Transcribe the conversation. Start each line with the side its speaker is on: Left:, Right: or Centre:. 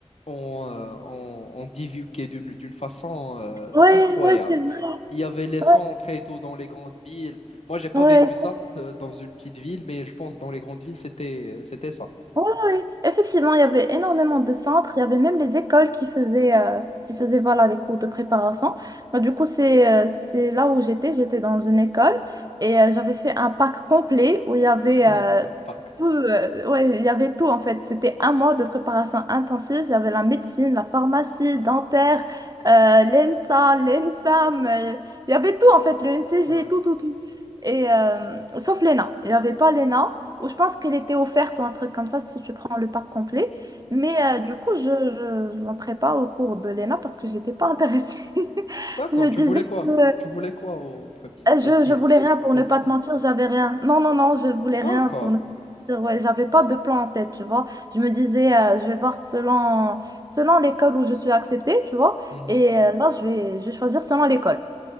Left: ont, euh, ont- ont divulgué d'une d'une façon euh,
Right: Ouais,
Left: incroyable.
Right: ouais, c'est vrai.
Left: Il y avait les sons
Right: Ouais,
Left: très tôt dans les grandes villes. Moi, j'ai pas
Right: ouais,
Left: vécu ça euh, dans une petite ville, mais je pense que dans les grandes villes, c'était euh, c'était ça.
Right: Oui, oui, effectivement, il y avait énormément de centres, il y avait même les écoles qui faisaient, euh, qui faisaient voilà, les cours de préparation. Bah, du coup, c'est euh, c'est là où j'étais, j'étais dans une école et euh, j'avais fait un pack complet où il y avait,
Left: <laughs>
Right: euh,
Left: Un Bac.
Right: tout, euh, ouais, il y avait tout en fait. C'était un mois de préparation intensive, j'avais la médecine, la pharmacie, dentaire, euh, l'ENSA, l'ENSAM, euh, il y avait tout en fait, le NCG,
Left: Ouais. ouais.
Right: tout, tout, tout. Et euh, sauf l'ENA, il n'y avait pas l'ENA. Ou je pense qu'elle était offerte ou un truc comme ça si tu prends le pack complet. Mais euh, du coup, je je n'entrais pas au cours de l'ENA parce que j'étais pas intéressée. <laughs>
Left: D'accord,
Right: Je me
Left: tu
Right: disais
Left: voulais quoi?
Right: que euh,
Left: Tu voulais quoi au premier?
Right: je,
Left: Médecine.
Right: je voulais rien pour
Left: Médecine.
Right: ne pas te mentir, j'avais rien. Non, non, non, je voulais
Left: D'accord.
Right: rien pour ne pas te mentir. Ouais, j'avais pas de plan en tête, tu vois. Je me disais, euh, je vais voir selon, selon l'école où je suis acceptée, tu vois.
Left: Mhm.
Right: Et euh, là, je vais, je vais choisir selon l'école.